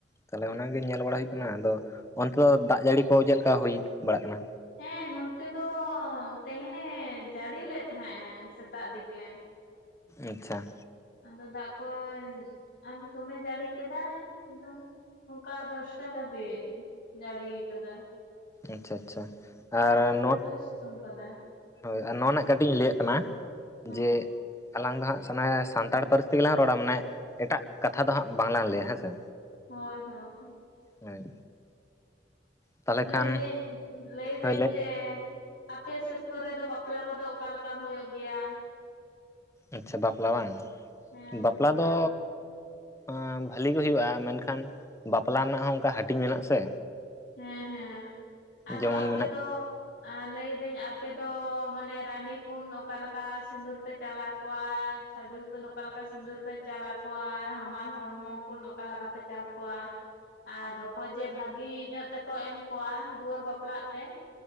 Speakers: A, on the left; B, on the left.
A: ᱛᱟᱦᱚᱞᱮ ᱚᱱᱟᱜᱮ ᱧᱮᱞ ᱵᱟᱲᱟ ᱦᱩᱭᱩᱜ ᱠᱟᱱᱟ ᱟᱫᱚ ᱚᱱᱛᱮ ᱫᱚ ᱫᱟᱜ ᱡᱟᱹᱲᱤ ᱠᱚ ᱪᱮᱫ ᱞᱮᱠᱟ ᱦᱩᱭ ᱵᱟᱲᱟᱜ ᱠᱟᱱᱟ?
B: ᱦᱮᱸ ᱱᱚᱱᱛᱮ ᱫᱚ ᱛᱮᱦᱮᱱᱮ ᱡᱟᱹᱲᱤ ᱞᱮᱫ ᱛᱟᱦᱮᱸᱜ ᱮ ᱥᱮᱛᱟᱜ ᱫᱤᱠᱮ᱾
A: ᱟᱪᱪᱷᱟ
B: ᱟᱫᱚ ᱫᱟᱜ ᱠᱚᱭ ᱟᱫᱚ ᱫᱚᱢᱮ ᱡᱟᱹᱲᱤ ᱠᱮᱫᱟ ᱮᱠᱫᱚᱢ ᱚᱱᱠᱟ ᱫᱚᱥᱴᱟ ᱫᱷᱟᱹᱵᱤᱡ ᱡᱟᱹᱲᱤ ᱠᱟᱫᱟ
A: ᱟᱪᱪᱷᱟ ᱟᱪᱪᱷᱟ
B: ᱛᱟᱨᱯᱚᱨᱮ
A: ᱟᱨ ᱱᱚᱣᱟ
B: ᱛᱚ ᱥᱤᱛᱩᱝ ᱠᱟᱫᱟᱭ
A: ᱦᱳᱭ ᱟᱨ ᱱᱚᱣᱟ ᱨᱮᱱᱟᱜ ᱠᱟᱹᱴᱤᱡ ᱤᱧ ᱞᱟᱹᱭᱟᱜ ᱠᱟᱱᱟ
B: ᱦᱮᱸ
A: ᱡᱮ ᱟᱞᱟᱝ ᱫᱚ ᱦᱟᱸᱜ ᱥᱟᱱᱮ <unintelligible> ᱥᱟᱱᱛᱟᱲ ᱯᱟᱹᱨᱥᱤ ᱛᱮ ᱜᱮᱞᱟᱝ ᱨᱚᱲᱟ ᱢᱟᱱᱮ ᱮᱴᱟᱜ ᱠᱟᱛᱷᱟ ᱫᱚ ᱦᱟᱸᱜ ᱵᱟᱝ ᱞᱟᱝ ᱞᱟᱹᱭᱟ ᱦᱮᱸ ᱥᱮ
B: ᱦᱳᱭ ᱦᱚᱸ
A: ᱦᱳᱭ ᱛᱟᱦᱚᱞᱮ ᱠᱷᱟᱱ
B: ᱞᱟᱹᱭᱫᱟᱹᱧ ᱞᱟᱹᱭᱫᱟᱹᱧ
A: ᱦᱳᱭᱞᱮ
B: ᱡᱮ ᱟᱯᱮ ᱥᱮᱫ ᱠᱚᱨᱮ ᱫᱚ ᱵᱟᱯᱞᱟ ᱠᱚᱫᱚ ᱚᱠᱟ ᱞᱮᱠᱟ ᱦᱩᱭᱩᱜ ᱜᱮᱭᱟ?
A: ᱟᱪᱪᱷᱟ ᱵᱟᱯᱞᱟ ᱵᱟᱝ
B: ᱦᱮᱸ
A: ᱵᱟᱯᱞᱟ ᱫᱚ
B: ᱠᱚ
A: ᱚᱸ ᱵᱷᱟᱞᱤ ᱜᱮ ᱦᱩᱭᱩᱜᱼᱟ ᱢᱮᱱᱠᱷᱟᱱ ᱵᱟᱯᱞᱟ ᱨᱮᱱᱟᱜ ᱦᱚᱸ ᱚᱱᱠᱟ ᱦᱟᱹᱴᱤᱧ ᱢᱮᱱᱟᱜ ᱥᱮ
B: ᱦᱮᱸ ᱦᱮᱸ ᱟᱫᱚ
A: ᱡᱮᱢᱚᱱ
B: ᱟᱯᱮ
A: ᱢᱮᱱᱟᱜ
B: ᱫᱚ ᱟᱨ ᱞᱟᱹᱭᱫᱟᱹᱧ ᱟᱯᱮ ᱫᱚ ᱢᱟᱱᱮ ᱨᱟᱺᱰᱤᱠᱩᱱ ᱚᱠᱟᱞᱮᱠᱟ ᱥᱤᱸᱫᱩᱨ ᱯᱮ ᱪᱟᱞᱟ ᱠᱚᱣᱟ? ᱪᱷᱟᱹᱰᱩᱭ ᱠᱩᱱ ᱚᱠᱟ ᱞᱮᱠᱟ ᱥᱤᱸᱫᱩᱨ ᱯᱮ ᱪᱟᱞ ᱟᱠᱚᱣᱟ ᱟᱨ ᱦᱟᱢᱟᱞ ᱦᱚᱲᱢᱚ ᱠᱩᱱ ᱚᱠᱟ ᱞᱮᱠᱟ ᱯᱮ ᱪᱟᱞ ᱠᱚᱣᱟ? ᱟᱨ ᱚᱠᱚᱭ ᱡᱮ ᱵᱷᱟᱹᱜᱤ ᱧᱚᱜ ᱧᱚᱜᱛᱮᱠᱚ ᱮᱢ ᱠᱚᱣᱟ ᱫᱩᱣᱟᱹᱨ ᱵᱟᱯᱞᱟᱜ ᱛᱮ